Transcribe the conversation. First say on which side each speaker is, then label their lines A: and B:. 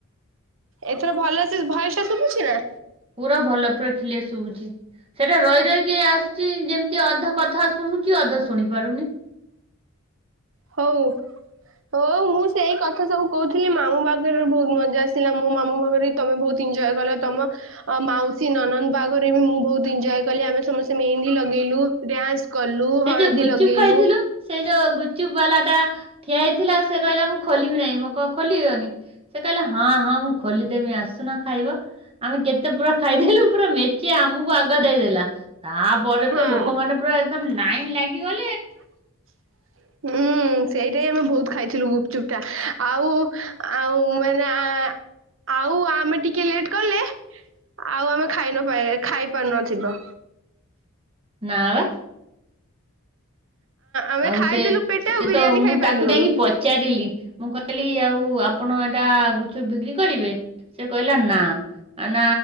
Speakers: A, on the right (about 65°); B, on the right (about 25°).
A: ଏଥର ଭଲସେ ଭଏସ ଟା ଶୁଭୁଛି ନା?
B: ପୁରା ଭଲ ପୁରା କ୍ଲିୟର ଶୁଭୁଛି ସେଟା ରହି ରହିକି ଆସ <inaudible> ଚି ଯେମିତି ଅଧ କଥା ଶୁଣୁଚି ଅଧ ଶୁଣି ପାରୁନି।
A: ହଉ। ହଉ ମୁଁ ସେଇ କଥା ସବୁ କହୁଥିଲି ମାମୁଁ ପାଖରେ ବହୁତ ମଜା ଆସିଲା ମୋ ମାମୁଁ ପାଖରେ ତମେ ବହୁତ ଇଞ୍ଜଏ କର ତମ ଅ ମାଉସୀ, ନଣନ୍ଦ ପା ଘରେ ବି ମୁଁ ବହୁତ ଇଞ୍ଜଏ କଲି ଆମେ ସମସ୍ତେ ମେହେନ୍ଦୀ ଲଗେଇଲୁ ଡ୍ୟାନ୍ସ। କଲୁ
B: ସେ
A: ହଳଦୀ
B: ଯୋଉ ଗୁପଚୁପ୍
A: ଲଗେଇଲୁ।
B: ଖାଇଥିଲୁ ସେ ଯୋଉ ଗୁଚୁପ ବାଲାଟା ଠିଆ ହେଇଥିଲା ସେ କହିଲା ମୁଁ ଖୋଲିିବି ନାହିଁ ମୁଁ କ ଖୋଲିବନି। ସେ କହିଲା ହଁ ହଁ ମୁଁ ଖୋଲିଦେମି ଆସୁନ ଖାଇବ। ଆମେ କେତେ ପୁରା ଖାଇଦେଲୁ ପୁରା ମେଚେ ଆମକୁ ଆଗ ଦେଇଦେଲା। ତାପରେ
A: ହଁ।
B: ତ ଲୋକ ମାନେ ପୁରା ଏକଦମ ଲାଇନ୍ ଲାଗିଗ
A: <inaudible> ହୁଁ ସେଇଟା ହି ଆମେ ବହୁତ ଖାଇଥିଲୁ ଗୁପଚୁପଟା ଆଉ ଆଉ ମାନେ ଆଁ ଆଉ ଆମେ ଟିକେ ଲେଟ କଲେ ଆଉ ଆମେ ଖାଇ ନ ପାରିବା ଖାଇପାରୁନଥିବ।
B: ନା ବା।
A: ଆମେ
B: ଆଉ
A: ଖାଇଦେଲୁ
B: ସେ
A: ପେଟେ
B: ସେ
A: ଆଉ ବିରିୟାନୀ
B: ତ ମୁଁ
A: ଖାଇ
B: ତାକୁ
A: ପାରିଲୁନୁ
B: ଯାଇକି ପଚାରିଲି ମୁଁ କ କହିଲି ଆଉ ଆପଣ ଏଇଟା ଗୁଚୁପ ବିକ୍ରି କରିବେ ସେ କହିଲା ନା। ଆ ନା